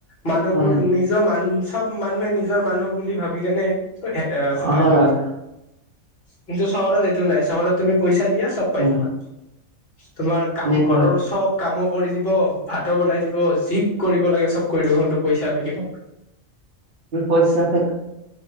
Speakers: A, on the left (about 45°); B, on the right (about 45°).
A: মানুহবোৰ
B: হয়
A: নি নিজৰ মান চ'ব মানুহে নিজৰ মানুহ বুলি ভাবি কেনে এই সহায়
B: হয়
A: কৰে,
B: হয়
A: কিন্তু চহৰত এইটো নাই চহৰত তুমি পইচা দিয়া চ'ব পাই
B: উম।
A: যাবা। তোমাৰ কাম
B: এনেকুৱাই
A: ঘৰৰ চ'ব কামো কৰি দিব, ভাতো বনাই দিব যি কৰিব লাগে চ'ব কৰি দিব, সেইটো পইচা লাগিব।
B: পইছা ফেক,